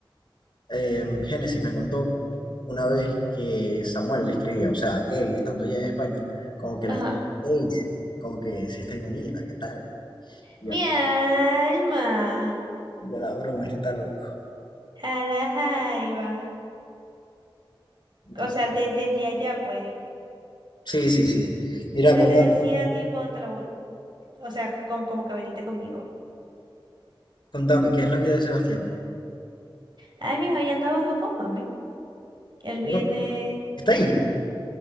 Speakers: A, on the left; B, on the right.
A: eh, Génesis me contó una vez que Samuel le escribía, o sea, él estando allá en España, como que
B: Ajá.
A: le escribía, "Ey, como que si estáis bonita, ¿qué tal? y
B: Mi
A: yo,
B: alma.
A: ya la broma, este está loco.
B: A la jaiba.
A: Entonces,
B: O sea, de- desde allá, pues.
A: sí, sí, sí. Mira,
B: Y no
A: contame,
B: le decía tipo, te la, vo- o sea, como, como que venite conmigo.
A: contame, ¿qué es la vida de Sebastián?
B: Ay, mi hijo ahí anda abajo con mami. Él viene,
A: ¿Bro? ¿Está
B: ¿qué?
A: ahí?